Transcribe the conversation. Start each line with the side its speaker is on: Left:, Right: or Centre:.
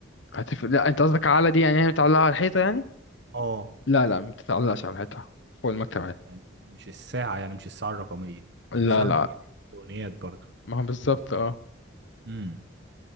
Left: هتف... لا أنت قصدك على دي يعني هي متعلقة على الحيطة يعني؟
Right: اه
Left: لا لا ما بتتعلقش على الحيطة فوق المكتب عادي
Right: يعني مش الساعة يعني مش الساعة الرقمية
Left: لا
Right: الساعة
Left: لا
Right: الرقمية دي إلكترونيات برضو
Left: ما هو بالظبط اه
Right: امم